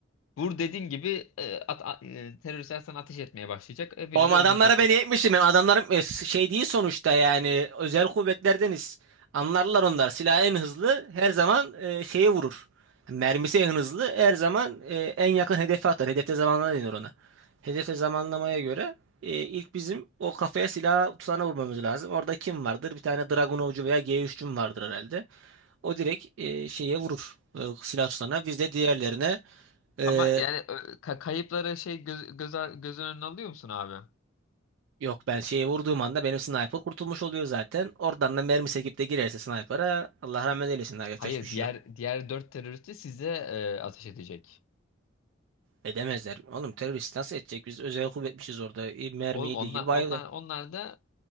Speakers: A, on the left; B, on the right.
A: Vur dediğin gibi e, at, a- e, teröristler sana ateş etmeye başlayacak. Hepinizi
B: oğlum adamlara
A: öldüreceksin.
B: ben yetmişim. Yani adamlarım e, şey değil sonuçta yani özel kuvvetlerdeniz. Anlarlar onlar. Silah en hızlı her zaman e, şeye vurur. Mermisi en hızlı her zaman e, en yakın hedefe atar. Hedefte zamanlama denir ona. Hedefte zamanlamaya göre e, ilk bizim o kafaya silah tutana vurmamız lazım. Orada kim vardır? Bir tane Dragunovcu veya G3'cüm vardır herhalde. O direkt e, şeye vurur. E, silah tutanına. Biz de diğerlerine e,
A: Ama yani ö, ka- kayıpları şey göz, göz, göz önüne alıyor musun abi?
B: yok ben şeye vurduğum anda benim sniper kurtulmuş oluyor zaten. Oradan da mermi sekip de girerse sniper'a Allah rahmet eylesin. Daha yapacak
A: Hayır
B: hiçbir şey
A: diğer
B: yok.
A: diğer dört terörist de size e, ateş edecek.
B: Edemezler. Oğlum terörist nasıl edecek? Biz özel kuvvetmişiz orada. E, mermi
A: Oğlum
B: yediği
A: onlar
B: gibi bayılır.
A: onlar onlar da